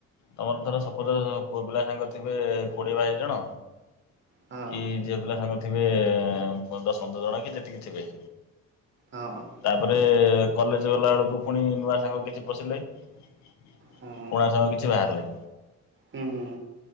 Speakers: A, on the left; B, on the right.
A: ତମର ଧର ପୁଅ ପିଲା ସାଙ୍ଗ ଥିବେ କୋଡ଼ିଏ ବାଇଶି ଜଣ
B: ହଁ
A: କି ଝିଅ ପିଲା ସାଙ୍ଗ ଥିବେ ଦଶ ପନ୍ଦର ଜଣ କି ଯେତିକି ଥିବେ।
B: ହଁ।
A: ତାପରେ କଲେଜ ଗଲା ବେଳକୁ ପୁଣି ନୂଆ ସାଙ୍ଗ କିଛି ପଶିଲେ। ପୁଣା
B: ହଁ
A: ସାଙ୍ଗ କିଛି ବାହାରିଲେ।
B: ହୁଁ ହୁଁ।